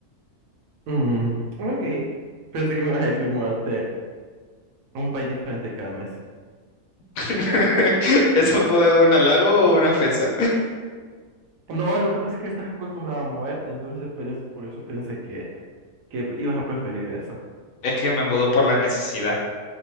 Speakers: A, on the right; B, on the left.
A: Mm, ok, pensé que me ibas a decir mudarte a un país diferente cada mes.
B: <laughs> ¿Eso fue un halago o una ofensa?
A: No, lo que pasa es que estás acostumbrado a moverte, entonces pues, por eso pensé que, que ibas a preferir eso.
B: Es que yo me mudo por la necesidad.